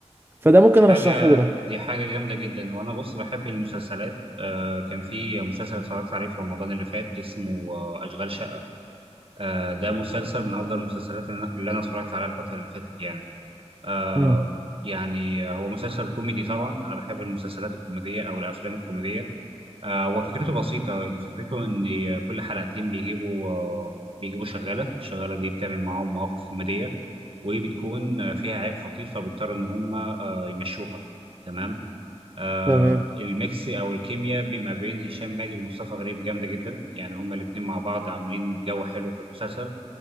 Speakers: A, on the right (about 20°); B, on the right (about 50°).
A: فده ممكن
B: دي حاجة
A: أرشحه لك
B: دي حاجة جامدة جدا وأنا بص بحب المسلسلات أه كان في مسلسل اتفرجت عليه في رمضان اللي فات اسمه آه، أشغال شقة أه ده مسلسل من أفضل المسلسلات اللي أنا اللي أنا اتفرجت عليها الفترة اللي فاتت يعني آه
A: امم
B: يعني هو مسلسل كوميدي طبعا انا بحب المسلسلات الكوميديه او الافلام الكوميديه آه هو فكرته بسيطه يعني فكرته ان كل حلقتين بيجيبوا آه بيجيبوا شغاله الشغاله دي بتعمل معاهم مواقف كوميديه وبتكون آه، فيها عيب خطير فبيضطروا ان هم آه يمشوها تمام آه
A: تمام
B: الميكس او الكيمياء بي- ما بين هشام ماجد ومصطفى غريب جامده جدا يعني هما الاثنين مع بعض عاملين جو حلو في المسلسل